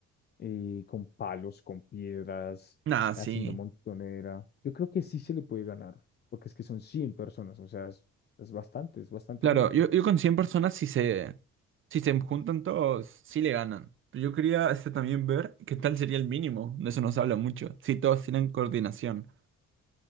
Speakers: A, on the left (about 35°); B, on the right (about 45°).
A: eh, con palos, con piedras,
B: Nah, sí.
A: haciendo montonera, yo creo que sí se le puede ganar, porque es que son 100 personas, o sea, es, es bastante, es bastante
B: Claro,
A: gente.
B: yo, yo con 100 personas, si se, si se juntan todos, sí le ganan. Pero yo quería este, también ver qué tal sería el mínimo. De eso nos habla mucho. Si todos tienen coordinación.